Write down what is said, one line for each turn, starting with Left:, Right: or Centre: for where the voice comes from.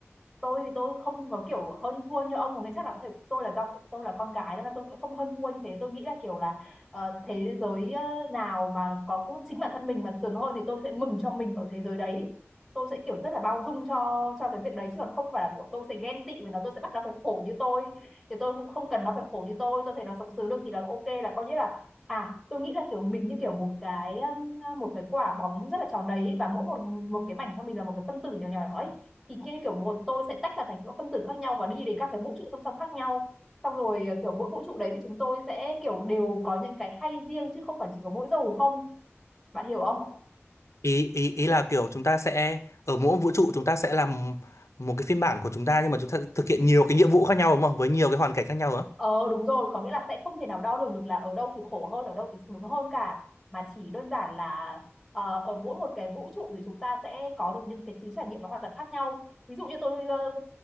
Centre: tôi thì tôi không có kiểu hơn thua như ông có nghĩa chắc là có thể tôi là do tôi là con gái nên là tôi sẽ không hơn thua như thế tôi nghĩ là kiểu là ờ, thế giới ờ, nào mà có cũng chính bản thân mình mà sướng hơn thì tôi sẽ mừng cho mình ở thế giới đấy tôi sẽ kiểu rất là bao dung cho cho cái việc đấy chứ còn không phải là kiểu tôi sẽ ghen tị và nó tôi sẽ bắt nó phải khổ như tôi thì tôi cũng không cần nó phải khổ như tôi tôi thấy nó sống sướng được thì là ok là coi như là à tôi nghĩ là kiểu mình như kiểu một cái um, một cái quả bóng rất là tròn đấy ấy, và mỗi một một cái mảnh trong mình là một cái phân tử nhỏ nhỏ ấy thì kia kiểu một tôi sẽ tách ra thành những phân tử khác nhau và đi đến các cái vũ trụ song song khác nhau xong rồi ờ, kiểu mỗi vũ trụ đấy thì chúng tôi sẽ kiểu đều có những cái hay riêng chứ không phải chỉ có mỗi dầu không bạn hiểu không
Left: ý ý ý là kiểu chúng ta sẽ ở mỗi vũ trụ chúng ta sẽ làm một cái phiên bản của chúng ta nhưng mà chúng ta thực hiện nhiều cái nhiệm vụ khác nhau đúng không với nhiều cái hoàn cảnh khác nhau đó
Centre: Ờ đúng rồi, có nghĩa là sẽ không thể nào đo lường được là ở đâu thì khổ hơn, ở đâu thì sướng hơn cả. Mà chỉ đơn giản là ờ, ở mỗi một cái vũ trụ thì chúng ta sẽ có được những cái trí trải nghiệm nó hoàn toàn khác nhau. Ví dụ như tôi, ờ,